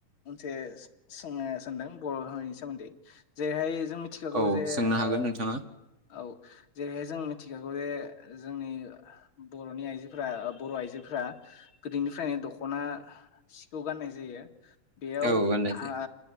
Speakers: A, on the left (about 45°); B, on the right (about 35°).
A: मोनसे सोंनो सानदों बर' हारिनि सोमोन्दै जेरैहाय जों मिथिखागौ
B: औ
A: जे
B: सोंनो हागोन
A: ओ
B: नोंथाङा
A: औ जेरैहाय जों मिथिखागौ जे जोंनि बर'नि आइजोफोरा बर' आइजोफ्रा गोदोनिफ्रायनो दख'ना सिखौ गाननाय जायो। बेयाव
B: औ गाननाय
A: आ
B: जोम